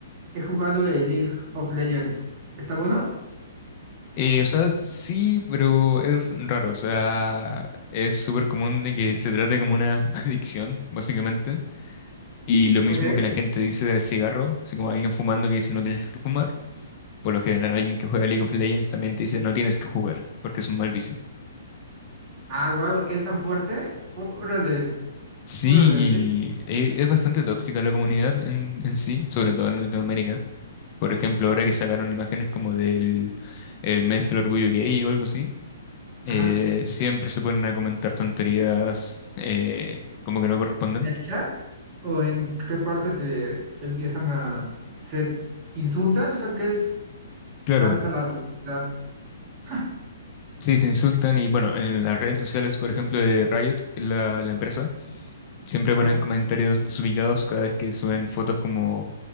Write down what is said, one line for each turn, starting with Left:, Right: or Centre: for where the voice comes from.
Right: he jugado el League of Legends. ¿Está bueno?
Left: Eh, o sea, sí, pero es raro. O sea, es súper común de que se trate como una <laughs> adicción, básicamente. Y lo mismo
Right: Ok.
Left: que la gente dice del cigarro, así como alguien fumando que dice no tienes que fumar. Por lo general, alguien que juega League of Legends también te dice no tienes que jugar, porque es un mal vicio.
Right: Ah, wow, ¿es tan fuerte? Órale,
Left: Sí,
Right: órale.
Left: y e- es bastante tóxica la comunidad en, en sí, sobre todo en Latinoamérica. Por ejemplo, ahora que sacaron imágenes como del el mes del orgullo gay o algo así eh,
Right: Ajá.
Left: siempre se ponen a comentar tonterías eh, como que no corresponden.
Right: ¿En el chat? ¿O en qué parte se empiezan a... se insultan? O sea, ¿qué es
Left: Claro,
Right: tanta la toxicidad? <laughs>
Left: sí, se insultan y bueno, en las redes sociales, por
Right: Órale.
Left: ejemplo, de Riot, que es la, la empresa, siempre
Right: Ajá,
Left: ponen comentarios desubicados cada vez que suben fotos como